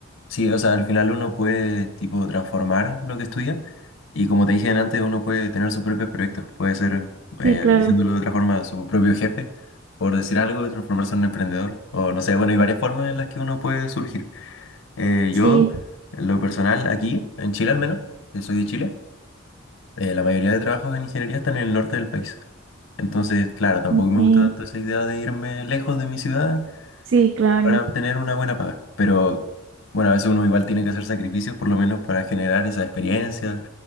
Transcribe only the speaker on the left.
sí, o sea, al final uno puede, tipo, transformar lo que estudia y como te dije antes, uno puede tener sus propios proyectos. Puede ser, eh,
diciéndolo de otra forma, su propio jefe, por decir algo, transformarse en un emprendedor. O no sé, bueno, hay varias formas en las que uno puede surgir. Eh,
yo, en lo personal, aquí, en Chile al menos, que soy de Chile, eh, la mayoría de trabajos en ingeniería están en el norte del país. Entonces, claro, tampoco
me gusta tanto esa idea de irme lejos de mi ciudad
para obtener una buena paga. Pero bueno, a veces uno igual tiene que hacer sacrificios, por lo menos para generar esa experiencia